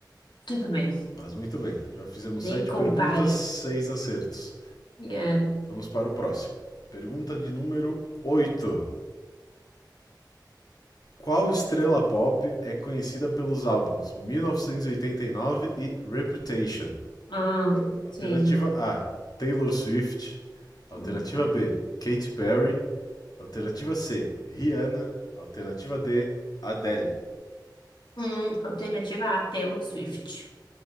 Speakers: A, on the left; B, on the left.
A: Tudo bem.
B: Mas muito bem, já fizemos
A: Nem
B: sete
A: compara.
B: perguntas, seis acertos.
A: Yeah.
B: Vamos para o próximo. Pergunta de número 8. Qual estrela pop é conhecida pelos álbuns 1989 e oitenta e nove e Reputation?
A: Ah,
B: Alternativa
A: sim.
B: A, Taylor Swift. Alternativa
A: Uhum.
B: B, Katy Perry. Alternativa C, Rihanna. Alternativa D, Adele.
A: Hum, alternativa A, Taylor Swift.